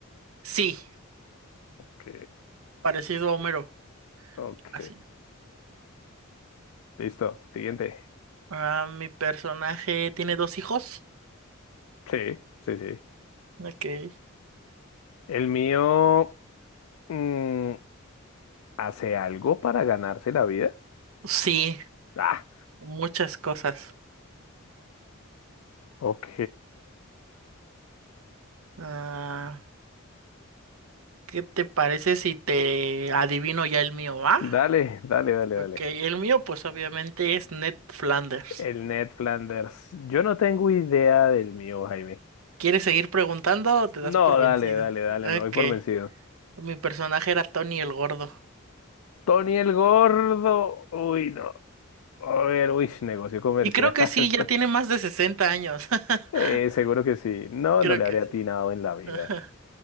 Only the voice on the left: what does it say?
Ok.
Ok.
Listo. Siguiente.
Sí, sí, sí.
El mío mm, hace algo para ganarse la vida.
Ah,
ok.
Dale, dale, dale,
dale.
El Ned Flanders. Yo no tengo idea del mío, Jaime.
No,
dale, dale, dale. Me
voy por vencido.
Tony el Gordo. Uy, no. A ver, uy, negocio comercial.
<laughs>
Eh, seguro que sí. No,
no le
habría
atinado en la vida.